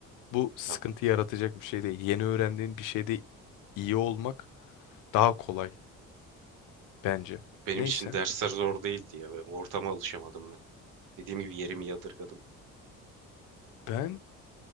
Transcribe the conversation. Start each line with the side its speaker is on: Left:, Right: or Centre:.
Left: Bu sıkıntı
Right: Ya
Left: yaratacak bir şey değil. Yeni öğrendiğin bir şeyde iyi olmak daha kolay bence.
Right: Benim
Left: Neyse
Right: için dersler zor değildi ya. ve Ortama alışamadım ben. Dediğim gibi yerimi yadırgadım.
Left: ben